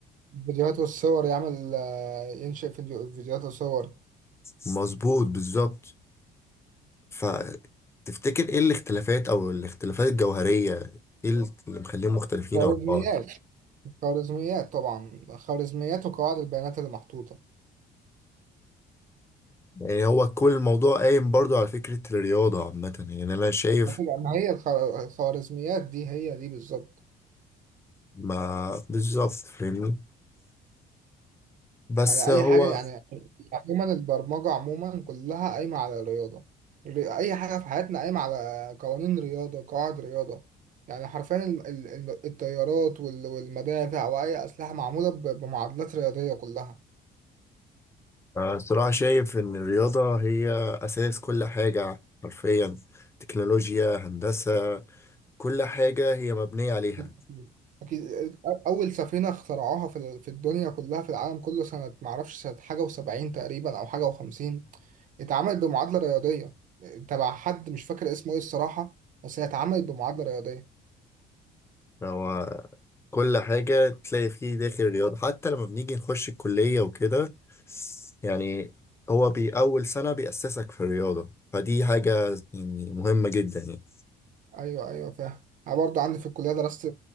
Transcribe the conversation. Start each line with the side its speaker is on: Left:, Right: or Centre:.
Right: الفيديوهات والصور يعمل آه، ينشئ فيديو فيديوهات وصور
Left: مظبوط بالظبط فتفتكر إيه الاختلافات أو الاختلافات الجوهرية إيه اللي مخليهم مختلفين
Right: خوارزميات
Left: عن بعض
Right: خوارزميات طبعا خوارزميات وقواعد البيانات اللي محطوطه
Left: يعني هو كل الموضوع قايم برضو على فكرة الرياضة عامة يعني أنا شايف
Right: لكن ما هي الخوار- الخوارزميات دي هي دي بالظبط
Left: ما بالظبط فاهمني بس
Right: يعني اي
Left: هو
Right: حاجه يعني عموما البرمجه عموما كلها قايمه على الرياضه الري- اي حاجه في حياتنا قايمه على قوانين رياضه قواعد رياضه يعني حرفيا ال- ال- ال- الطيارات وال- والمدافع واي اسلحه معموله ب- بمعادلات رياضيه كلها
Left: آه، صراحة شايف إن الرياضة هي أساس كل حاجة حرفيا تكنولوجيا هندسة كل حاجة هي مبنية عليها
Right: أكيد أكيد. اكيد اول سفينه اخترعوها في ال- في الدنيا كلها في العالم كله سنه معرفش سنه حاجه و70 تقريبا او حاجه و50 اتعملت بمعادله رياضيه تبع حد مش فاكر اسمه ايه الصراحه بس هي اتعملت بمعادله رياضيه
Left: هو كل حاجة تلاقي فيه داخل الرياضة حتى لما بنيجي نخش الكلية وكده يعني هو بي أول سنة بيأسسك في الرياضة فدي حاجة يعني مهمة جدا يعني
Right: ايوه ايوه فاهم انا برضه عندي في الكليه درست